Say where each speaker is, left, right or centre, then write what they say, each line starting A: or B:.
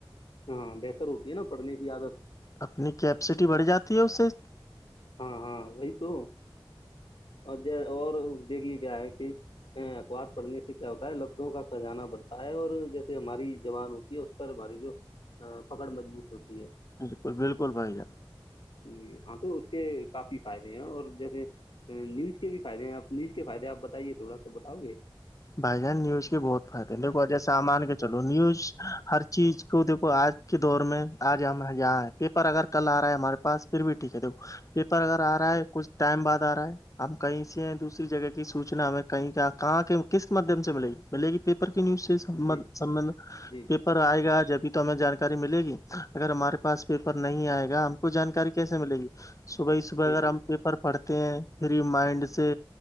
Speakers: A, on the left (about 65°); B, on the left (about 35°).
A: ہاں بہتر ہوتی ہے نا پڑھنے کی عادت
B: اپنی کیپسٹی بڑھ جاتی ہے اس سے
A: ہاں ہاں وہی تو اور اور دیکھیے کیا ہے کہ اخبار پڑھنے سے کیا ہوتا ہے لفظوں کا خزانہ بڑھتا ہے اور جیسے ہماری زبان ہو اس پر باری جو پکڑ مضبوط ہوتی ہے
B: بالکل بالکل بھائی جان
A: جی ہاں تو اس کے کافی فائدے ہیں اور جیسے آ، نیوز کے بھی فائدے ہیں آپ نیوز کے فائدے آپ بتائیے تھوڑا سا بتاؤ گے
B: بھائی جان نیوز کے بہت فائدے دیکو جیسا سامان کے چلو نیوز ہر چیز کو دھو آج کے دور میں آج ہم یہاں پیپر اگر کل آ رہا ہے ہمارے پاس پھر بھی ٹھیک ہے دیکھو پیپر اگر آ رہا ہے کچھ ٹائم بعد آ رہا ہے ہم کہیں سے دوسری جگہ کی سوچنا ہمیں کہیں کہاں کس مادھیم سے ملے گی ملے گی پیپر کی نیوز سےب
A: جی جی
B: سبندھ
A: جی
B: پیپر
A: بالکل
B: آئے
A: بالکل
B: گا جبھی ہمیں جانکاری ملے گی اگر ہمارے پاس پیپر نہیں آئے گا ہم کو جانکاری کیسے ملے گی صبح ہی صبح
A: جی
B: اگر
A: بالکل
B: ہم پیپر پڑھتے ہیں فری مائنڈ سے